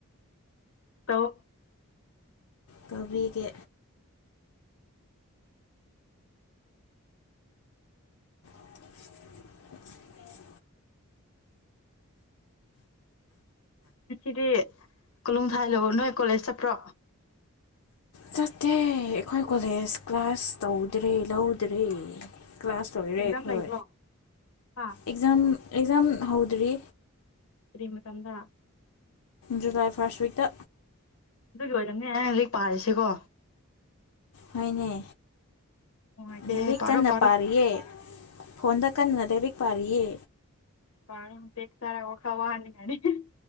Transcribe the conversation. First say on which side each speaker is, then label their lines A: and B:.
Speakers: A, on the left; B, on the left.
A: ꯇꯧ
B: ꯇꯧꯕꯤꯒꯦ <inaudible>
A: ꯉꯁꯤꯗꯤ ꯀꯣꯂꯨꯡꯊꯥꯏꯂꯨ ꯅꯣꯏ ꯀꯣꯂꯦꯖ ꯆꯠꯄ꯭ꯔꯣ
B: ꯆꯠꯇꯦ ꯑꯩꯈꯣꯏ ꯀꯣꯂꯦꯖ ꯀ꯭ꯂꯥꯁ ꯇꯧꯗ꯭ꯔꯦ ꯂꯧꯗ꯭ꯔꯦ ꯀ꯭ꯂꯥꯁ ꯂꯣꯏꯔꯦ
A: ꯑꯦꯛꯖꯥꯝ
B: ꯈꯣꯏ
A: ꯂꯩꯕ꯭ꯔꯣ ꯍꯥ
B: ꯑꯦꯛꯖꯥꯝ ꯑꯦꯛꯖꯥꯝ ꯍꯧꯗ꯭ꯔꯤ
A: ꯀꯔꯤ ꯃꯇꯝꯗ
B: ꯖꯨꯂꯥꯏ ꯐꯥꯔꯁ ꯋꯤꯛꯇ
A: ꯑꯗꯨꯒꯤ ꯑꯣꯏꯔꯝꯅꯦ <unintelligible> ꯄꯥꯔꯤꯁꯤꯀꯣ
B: ꯍꯣꯏꯅꯦ
A: ꯅꯨꯡꯉꯥꯏꯇꯦꯍꯦ
B: ꯂꯥꯏꯔꯤꯛ
A: ꯄꯥꯔꯣ
B: ꯀꯟꯅ
A: ꯄꯥꯔꯣ
B: ꯄꯥꯔꯤꯌꯦ ꯐꯣꯟꯗ ꯀꯟꯅ ꯂꯥꯏꯔꯤꯛ ꯄꯥꯔꯤꯌꯦ
A: ꯄꯥꯔꯣ ꯕꯦꯛ ꯆꯔꯥ ꯋꯥꯈꯜ ꯋꯥꯅꯤ ꯍꯥꯏꯔꯗꯤ